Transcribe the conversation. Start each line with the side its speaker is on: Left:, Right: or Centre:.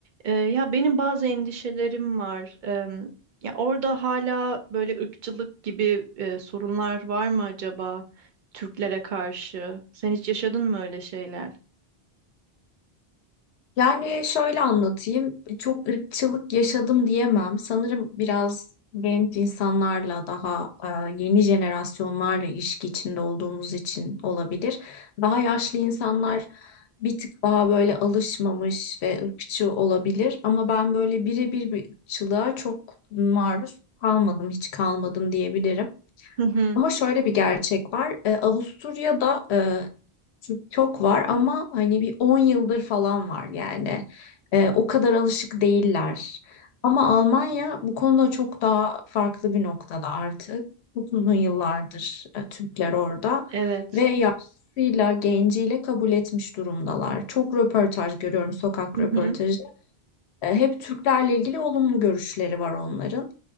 Right: Ee, ya benim bazı endişelerim var. Em, ya orada hala böyle ırkçılık gibi e, sorunlar var mı acaba Türklere karşı? Sen hiç yaşadın mı öyle şeyler?
Left: Yani şöyle anlatayım, E, çok ırkçılık yaşadım diyemem. Sanırım biraz genç insanlarla daha e, yeni jenerasyonlarla ilişki içinde olduğumuz için olabilir. Daha yaşlı insanlar bir tık daha böyle alışmamış ve ırkçı olabilir. Ama ben böyle birebir bir ırkçılığa çok maruz kalmadım, hiç kalmadım diyebilirim.
Right: Hı hı.
Left: Ama şöyle bir gerçek var. E, Avusturya'da e, TikTok var ama hani bir 10 yıldır falan var yani. E, o kadar alışık değiller. Ama Almanya bu konuda çok daha farklı bir noktada artık. Çok uzun yıllardır e, Türkler orada
Right: Evet.
Left: ve yaşlısıyla, genciyle kabul etmiş durumdalar. Çok röportaj görüyorum, sokak
Right: Hı
Left: röportajı.
Right: hı.
Left: E, hep Türklerle ilgili olumlu görüşleri var onların.